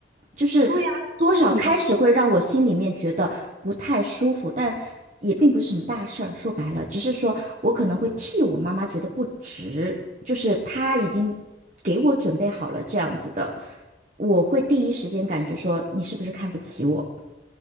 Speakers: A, on the right; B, on the right.
A: 就是多少开始会让我心里面觉得不太舒服，
B: 对呀，就是你，
A: 但也并不是什么大事儿。说白了，只是说我可能会替我妈妈觉得不值，就是她已经给我准备好了这样子的，我会第一时间感觉说你是不是看不起我，